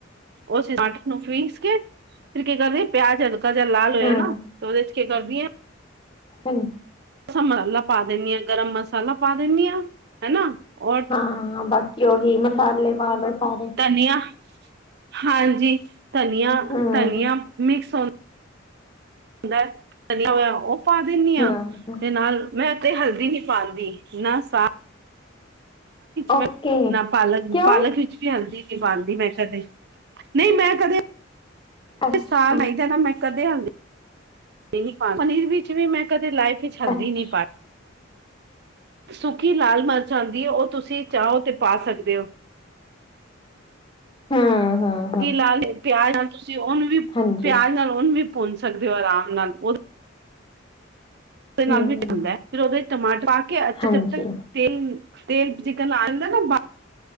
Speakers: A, on the right; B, on the left.
A: ਉਸ ਟਮਾਟਰ ਨੂੰ ਪੀਸ ਕੇ ਫਿਰ ਕੀ ਕਰਦੇ ਪਿਆਜ ਹਲਕਾ ਜਿ ਲਾਲ ਹੋਇਆ
B: ਹਾਂ
A: ਨਾ ਤੇ ਉਹਦੇ ਚ ਕੀ ਕਰਦੀ ਹੈ
B: ਹਮ
A: ਮਸਾਲਾ ਪਾ ਦਿੰਦੀ ਹਾਂ। ਗਰਮ ਮਸਾਲਾ ਪਾ ਦਿੰਦੀ ਆਂ ਹਨਾ ਉਹ
B: ਹਾਂ ਬਾਕੀ ਓਹੀ ਮਸਾਲੇ ਪਾਲੋ ਸਾਰੇ
A: ਧਨੀਆ ਹਾਂਜੀ ਧਨੀਆ,
B: ਹਮ
A: ਧਨੀਆ ਮਿਕਸ ਹੁੰ ਹੁੰਦਾ ਚਿਆ ਹੋਇਆ ਉਹ ਪਾ ਦਿੰਦੀ ਹ
B: ਹਮ
A: ਤੇ ਨਾਲ ਮੈਂ ਉਤੇ ਹਲਦੀ ਨਹੀਂ ਪਾਉਂਦੀ ਨਾ ਸਾ ਮੈਂ
B: ਓਕੇ
A: ਨਾ ਪਾਲਕ
B: ਕਿਉਂ
A: ਵਿੱਚ ਵੀ ਹਲਦੀ ਨਾ ਪਾਲਕ ਵਿੱਚ ਬਣਦੀ ਮੈਂ ਕਦੇ ਨਹੀਂ ਮੈਂ ਕਦੇ
B: ਅੱਛਾ
A: ਸਾਹ ਨਹੀਂ ਦੇਣਾ ਮੈਂ ਕਦੇ ਹਲਦੀ ਪਨੀਰ ਵਿੱਚ ਵੀ ਮੈਂ ਕਦੇ ਲਾਈਫ ਵਿੱਚ ਹਲਦੀ
B: ਅੱਛਾ
A: ਨਹੀਂ ਪਾਈ ਸੁੱਕੀ ਲਾਲ ਮਿਰਚ ਆਉਂਦੀ ਹੈ ਉਹ ਤੁਸੀਂ ਚਾਹੋ ਤੇ ਪਾ ਸਕਦੇ ਹੋ।
B: ਹਾਂ ਹਾਂ
A: ਕੀ ਲਾ ਲ ਪਿਆਜ ਨਾਲ ਤੁਸੀਂ ਉਹਨੂੰ
B: ਹਾਂਜੀ
A: ਵੀ ਭੁੰਨ ਸਕਦੇ ਹੋ ਆਰਾਮ ਨਾਲ ਉਹ <unintelligible> ਫਿਰ
B: ਹਮ
A: ਉਹਦੇ ਟਮਾਟਰ ਪਾ ਕੇ ਅੱਛਾ
B: ਹਾਂਜੀ
A: ਜਦ ਤੱਕ ਤੇਲ ਤੇਲ ਚਿਕਨ <unintelligible> ਦਾ ਨਾ